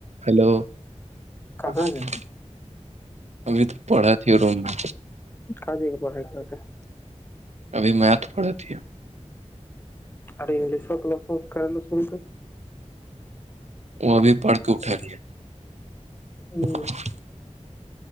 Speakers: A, on the right; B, on the left.
A: hello
B: کہاں
A: <unintelligible>
B: ہے
A: اب تو پڑھا تھ روم میں
B: کا جے کے پڑھائی کرتے
A: ابھی میتھ پڑھتی ہے
B: ا انگش و کلاسو کرا سو کر
A: وہ ابھی پڑھ کے اٹھا دیا <unintelligible>
B: ہوں